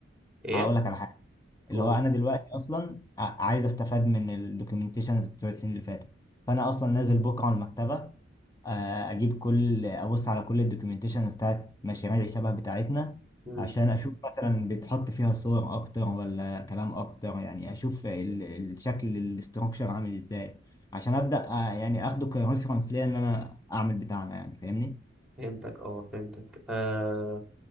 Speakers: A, in the centre; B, on the left.
A: ايه
B: هقول لك على حاجة
A: قول
B: اللي هو انا دلوقتي اصلا ع- عايز استفاد من الدوكيومنتيشنز بتوع السنين اللي فاتت فانا اصلا نازل بكره على المكتبه آه، اجيب كل ابص على كل الدوكيومنتيشنز بتاعت مشاريع الشبه بتاعتنا
A: امم
B: عشان اشوف مثلا بيتحط فيها صور اكتر ولا كلام اكتر يعني اشوف ال- الشكل الاستراكشر عامل ازاي عشان ابدا آه، يعني اخده كريفرنس ليا ان انا اعمل بتاعنا يعني فاهمني؟
A: فهمتك اه فهمتك آه...